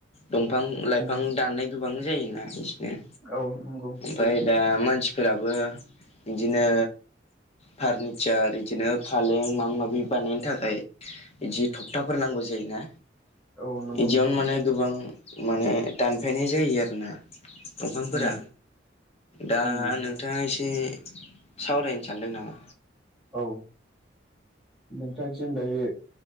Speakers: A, on the left; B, in the centre.
A: दंफां लाइफां
B: उम
A: दाननाय गोबां जायोना बिसोरनो
B: औ नंगौ।
A: ओमफ्राय दा मानसिफोराबो बिदिनो फार्निचार बिदिनो फालें माबा माबि बानायनो थाखाय बिदि थखथाफोर नांगौ जायोना?
B: औ नंगौ
A: बिदियावनो
B: नोंथां
A: माने गोबां माने दानफायनाय जायो आरोना। दंफांफोरा
B: उम
A: दा
B: उम
A: नोंथाङा एसे सावरायनो सानदों नामा?
B: औ। नोंथांसिम दायो